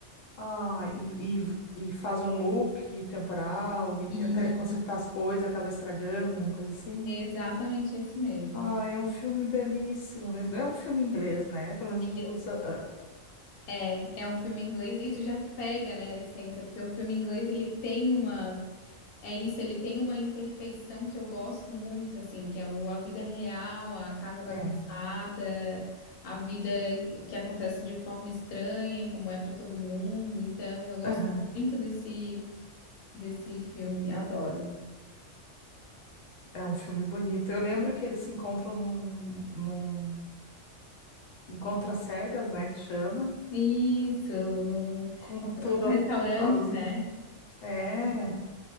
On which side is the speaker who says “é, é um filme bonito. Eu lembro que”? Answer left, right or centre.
Left